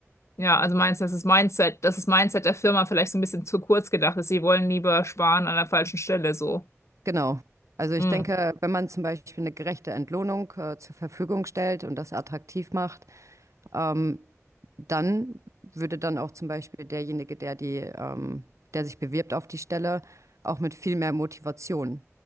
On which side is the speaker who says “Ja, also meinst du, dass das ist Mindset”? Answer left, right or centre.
Left